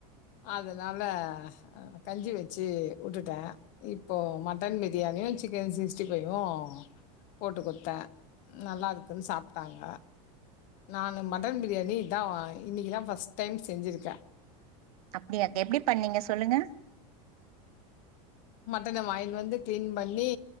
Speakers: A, on the left; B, on the right.
A: அதனால கஞ்சி வச்சு உட்டுட்டேன் இப்போ மட்டன் பிரியாணியும் சிக்கன் சிக்ஸ்டி ஃபையும் போட்டு கொத்தேன் நல்லா இருக்குன்னு சாப்பிட்டாங்க நானு மட்டன் பிரியாணிதான் இன்னிக்குதான் பர்ஸ்ட் டைம் செஞ்சிருக்கே
B: அப்டியா எப்டி பண்ணீங்க சொல்லுங்க
A: மட்டன வாங்கிந்து வந்து கிளீன் பண்ணி